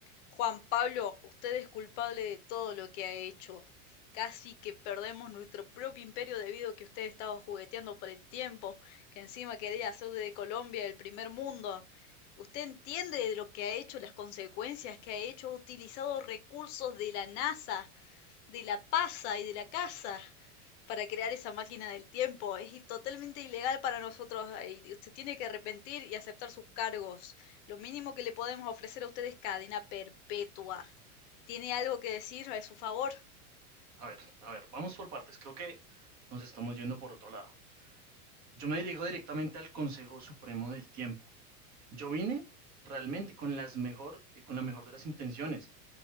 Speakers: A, on the left; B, on the right.
A: Juan Pablo, usted es culpable de todo lo que ha hecho. Casi que perdemos nuestro propio imperio debido a que usted estaba jugueteando por el tiempo, que encima quería hacer de Colombia el primer mundo. ¿Usted entiende de lo que ha hecho, las consecuencias que ha hecho? Ha utilizado recursos de la NASA de la pasa y de la casa para crear esa máquina del tiempo. Es i- totalmente ilegal para nosotros eh, y usted tiene que arrepentir y aceptar sus cargos. Lo mínimo que le podemos ofrecer a usted es cadena perpetua. ¿Tiene algo que decir a su favor?
B: A ver, a ver, vamos por partes. Creo que nos estamos yendo por otro lado. Yo me dirijo directamente al Consejo Supremo del Tiempo. Yo vine realmente con las mejor, eh, con la mejor de las intenciones.